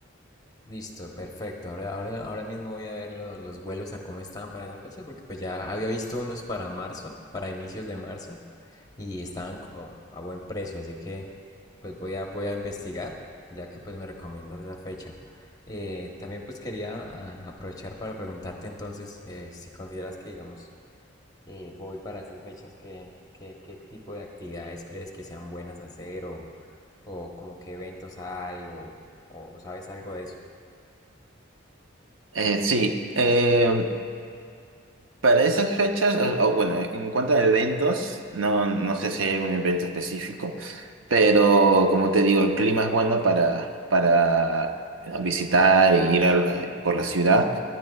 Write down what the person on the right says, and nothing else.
Eh, sí, eh, para esas fechas, o, o bueno, en cuanto a eventos, no, no sé si hay algún evento específico, pero como te digo, el clima es bueno para, para visitar e ir al- eh, por la ciudad.